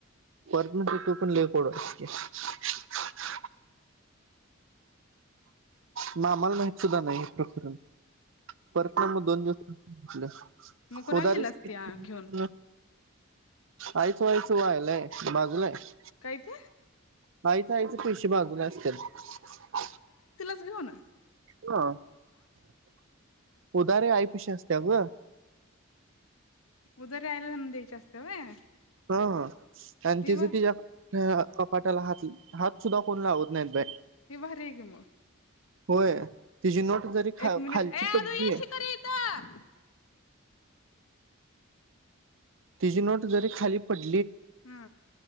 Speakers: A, on the right (about 65°); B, on the left (about 85°).
A: परमनंट होतो पण लय <unintelligible> मामा आम्हाला माहित सुद्धा नाही हे प्रकरण परत मग दोन दिवसन
B: मग कुणाला
A: उदारीच
B: दिलास
A: की
B: ते घेऊन
A: म् आईच वयच व्हालये बाजूला आहे
B: काय ते?
A: माही जायचे पैसे बाजूला असत्यात
B: हो ना
A: <inaudible> उदारी आईपशी असत्या गं
B: उदारी आईला आणून द्यायची असत्या व्हय?
A: हा आणि
B: हे
A: तिज
B: बर
A: तिच्या कपाटाला हात हात सुद्धा कोण लावत नाइत बाई.
B: हे भारी हाय की म.
A: होय. तिची नोट जरी खा
B: एक मिनिट
A: खालची
B: ए
A: पडली
B: आरु ये शी कार इथं
A: तिजी नोट जरी खाली पड
B: हा